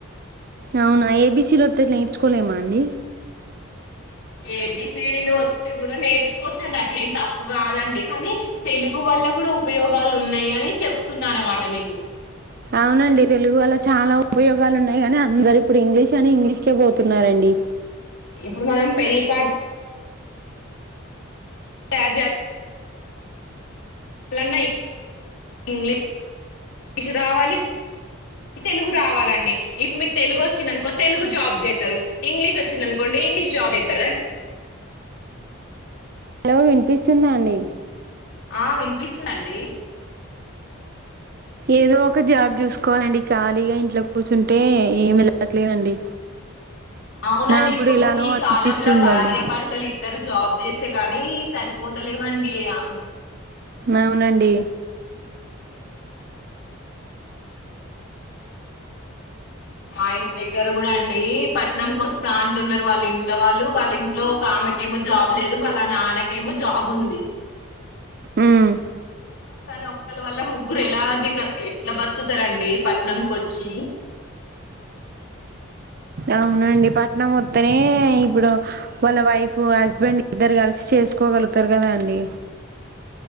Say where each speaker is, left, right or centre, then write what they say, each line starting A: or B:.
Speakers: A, on the right (about 45°); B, on the left (about 80°).
A: అవునా ఏబిసీ డి వొత్తే నేర్చుకోలేమా అండి.
B: ఏబిసిడీ లు వొస్తే కూడా నేర్చుకోవచ్చండి అట్లే ఏం తప్పు కాదండి కానీ తెలుగు వల్ల కూడా ఉపయోగాలు ఉన్నాయి అని చెప్తున్నాన అన్నమాట మీకు.
A: అవునండి తెలుగు వల్ల చాలా ఉపయోగాలు ఉన్నాయి కానీ అందరు ఇప్పుడు ఇంగ్లీష్ అని ఇంగ్లీష్ కె పోతున్నారండి.
B: ఇప్పుడు మనం పెళ్ళికార్డు. <unintelligible> అలన్నా ఇం ఇంగ్లీ ష్ రావాలి. తెలుగు రావాలండి. ఇఫ్ మీకు తెలుగు వచ్చింది. అనుకో తెలుగు జాబ్ చేస్తారు. ఇంగ్లీష్ వచ్చింది ఆనుకోండి ఇంగ్లీష్ జాబ్ చేత్తరు రండీ.
A: హ్ వినిపిస్తుందా అండి
B: ఆ వినిపిస్తుందండి
A: ఏదో ఒక జాబ్ చూసుకోవాలండి. ఖాళీగా ఇంట్ల కూర్చుంటే ఏమి వెళ్ళట్లేదండి.
B: అవునండి.
A: నాకు
B: ఇప్పుడు
A: కూడా ఇలానో
B: ఈ
A: అనిపిస్తుందండి
B: కాలంల భార్యభర్తలు ఇద్దరు జాబ్ చేస్తే గాని సరిపోతలేవ్ వండి యా
A: అవునండి
B: మా ఇంటి దగ్గర కూడా అండి పట్నంకోస్తా అంటున్నారు. వాళ్ళ ఇంట్లో వాళ్ళు వాళ్ళ ఇంట్లో ఒక ఆమెకేమో జాబ్ లేదు వాళ్ళ నాన్నకేమో జాబ్ ఉంది.
A: ఉమ్,
B: కానీ ఒక్కలీ వల్ల ముగ్గురు ఎలాంటి ఎట్లా బతుకుతారండి పట్నంకి వచ్చి.
A: అవునండి పట్టనం ఓత్తనే ఇప్పుడు వాళ్ళ వైఫ్ హస్బెండ్ ఇద్దరు కలిసి చేసుకోగలుగుతారు. కదా అండి